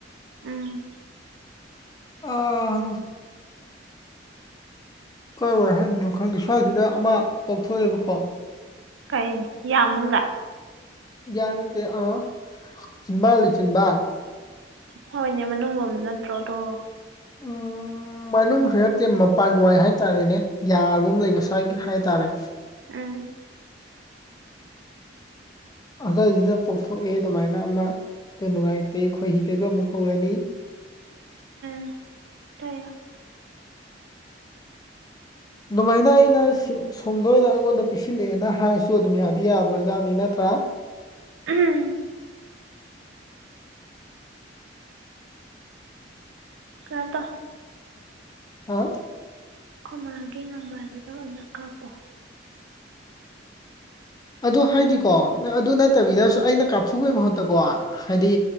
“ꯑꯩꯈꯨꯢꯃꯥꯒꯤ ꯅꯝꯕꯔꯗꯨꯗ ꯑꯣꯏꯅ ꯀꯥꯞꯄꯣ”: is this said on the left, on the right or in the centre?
Right